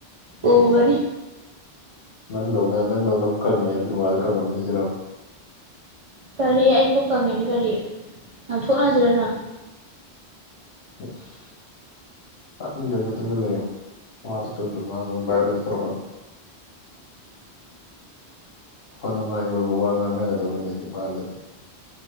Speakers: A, on the right; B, on the left.
A: ꯎꯒꯅꯤ
B: ꯅꯪꯗꯧꯅ ꯅꯪꯗꯧꯅꯕꯨ ꯀꯪꯉꯦ ꯕꯤꯔꯃꯥꯗ ꯀꯪꯉꯝꯅꯤ ꯁꯤꯂ
A: ꯀꯔꯤ ꯑꯩ ꯄꯀꯪꯉꯦꯗ ꯀꯔꯤ ꯉꯝꯊꯣꯛꯅꯁꯤꯔꯅ
B: <unintelligible> ꯏꯟꯗꯤꯌꯥꯟꯗ ꯇꯃꯤ ꯂꯩꯌꯣ ꯋꯥꯥꯗ ꯆꯨꯝꯁꯨ ꯉꯥꯡꯉꯅꯤ ꯚꯏꯑꯣꯂꯦꯟꯁ ꯇꯧꯔꯛꯀꯅꯤ ꯑꯐ ꯅꯨꯡꯉꯥꯏꯒꯤ ꯑꯣꯏꯕ ꯋꯥ ꯉꯥꯡꯅꯒꯗꯕꯅꯤ ꯋꯥꯜꯗꯗꯤ